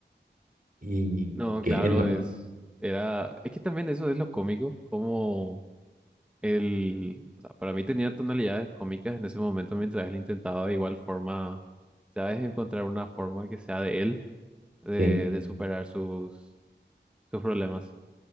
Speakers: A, on the right; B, in the centre.
A: Y
B: No,
A: que
B: claro,
A: él no.
B: es, era, es que también eso es lo cómico, como él, o sea, para mí tenía tonalidades cómicas en ese momento mientras él intentaba de igual forma, ¿sabes? Encontrar una forma que sea de él, de,
A: sí.
B: de superar sus, sus problemas.